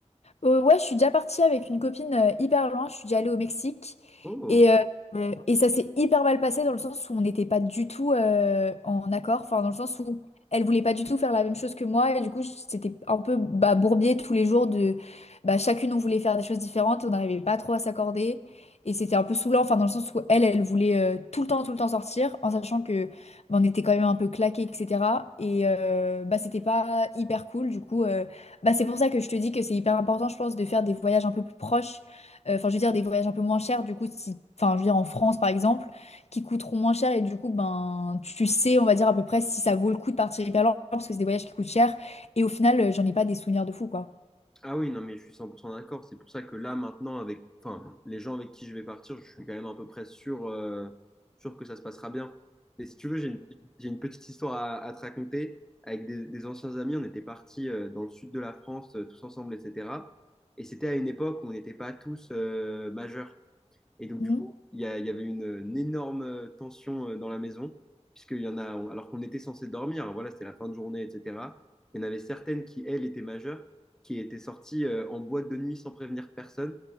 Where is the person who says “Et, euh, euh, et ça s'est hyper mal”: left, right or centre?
Left